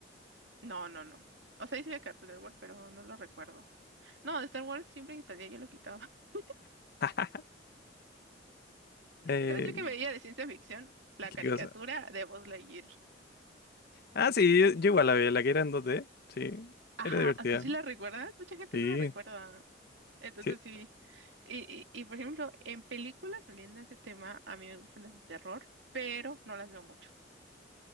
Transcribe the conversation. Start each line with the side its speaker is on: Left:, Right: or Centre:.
Right: no, no, no. O sea, sí veía Cartoon Network, pero no lo recuerdo. No, de Star Wars siempre que salía yo lo quitaba. <laughs>
Left: <laughs> Eh,
Right: ¿Sabes yo que veía de ciencia ficción? La
Left: ¿qué
Right: caricatura
Left: cosa?
Right: de Buzz Lightyear.
Left: Ah, sí, yo, yo igual la vi, la que era en 2D. Sí,
Right: Ajá,
Left: era divertida.
Right: ¿tú sí la recuerdas? Mucha gente
Left: Sí,
Right: no la recuerda. Entonces
Left: sí.
Right: sí. Y, y, y por ejemplo, en películas, volviendo a ese tema, a mí me gustan las de terror, pero no las veo mucho.